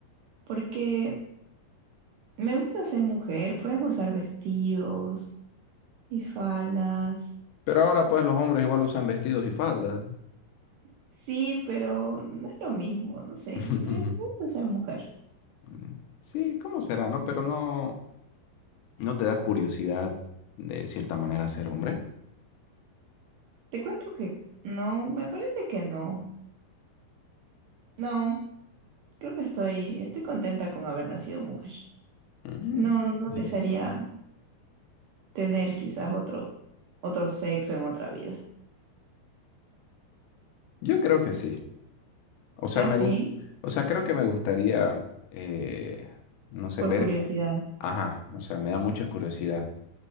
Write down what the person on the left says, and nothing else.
Pero ahora pues los hombres igual usan vestidos y faldas.
<laughs>
Mm, Sí, ¿cómo será, no? Pero no, ¿no te da curiosidad de cierta manera ser hombre?
Ujú,
bien.
Yo creo que sí. O sea,
me
gus- o sea, creo que me gustaría, eh, no sé,
ver,
ajá, o sea, me da mucha curiosidad.